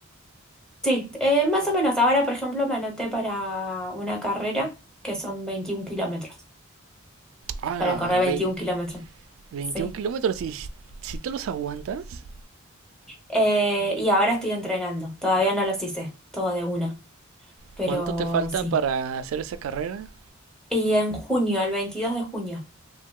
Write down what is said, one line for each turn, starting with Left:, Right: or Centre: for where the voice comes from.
Centre: sí, eh, más o menos. Ahora, por ejemplo, me anoté para una carrera que son 21 kilómetros.
Right: ah,
Centre: Para correr 21
Right: vein-
Centre: kilómetros.
Right: 21
Centre: Sí.
Right: kilómetros. ¿Y si si te los aguantas?
Centre: Eh, y ahora estoy entrenando. Todavía no los hice, todo de una. Pero
Right: ¿Cuánto te falta
Centre: sí.
Right: para hacer esa carrera?
Centre: Y en junio, el 22 de junio.